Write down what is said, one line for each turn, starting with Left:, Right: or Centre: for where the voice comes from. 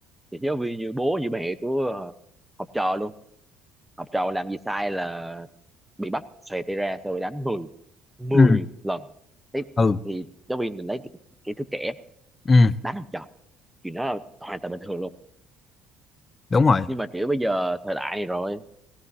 Centre: thì giáo viên như bố như mẹ của ờ, học trò luôn học trò làm gì sai là bị bắt xòe tay ra xong rồi đánh 10, mười
Left: ừ
Centre: lần Thế
Left: ừ
Centre: thì giáo viên mình lấy cái cái thứ trẻ
Left: ừ
Centre: đánh học trò chuyện đó là hoàn toàn bình thường luôn
Left: đúng rồi
Centre: nhưng mà kiểu bây giờ thời đại này rồi